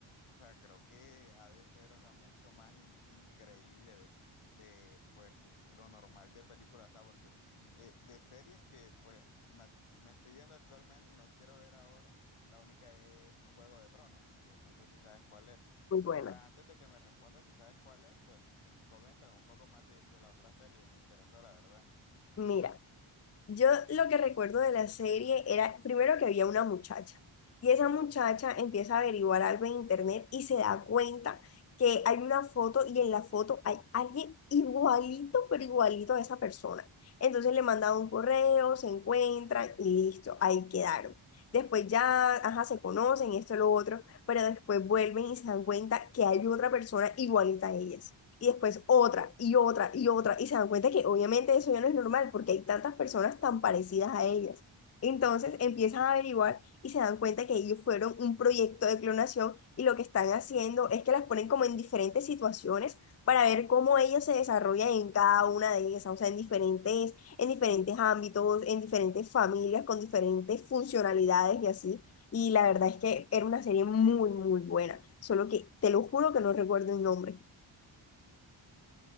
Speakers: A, on the left (about 85°); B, on the left (about 30°).
A: o sea, creo que ha de ser, o sea, mucho más in- increíble de de pues lo normal de películas, ¿sabes? Porque eh, de series que pues me, me estoy viendo actualmente y no quiero ver ahora, la única es Juego de Tronos, que no sé si sabes cuál es.
B: Muy
A: Pero,
B: buena.
A: o sea, antes de que me respondas si sabes cuál es, pues coméntame un poco más de, de la otra serie, me interesó, la verdad.
B: Mira. Yo lo que recuerdo de la serie era primero que había una muchacha y esa muchacha empieza a averiguar algo en internet y se da cuenta que hay una foto y en la foto hay alguien igualito, pero igualito a esa persona. Entonces le mandan un correo, se encuentran y listo, ahí quedaron. Después ya, ajá, se conocen, esto, lo otro, pero después vuelven y se dan cuenta que hay otra persona igualita a ellas y después otra y otra y otra y se dan cuenta que obviamente eso ya no es normal porque hay tantas personas tan parecidas a ellas. Entonces empiezan a averiguar y se dan cuenta que ellos fueron un proyecto de clonación y lo que están haciendo es que las ponen como en diferentes situaciones para ver cómo ellas se desarrollan en cada una de ellas o sea, en diferentes, en diferentes ámbitos, en diferentes familias, con diferentes funcionalidades y así. Y la verdad es que era una serie muy, muy buena, solo que te lo juro que no recuerdo el nombre.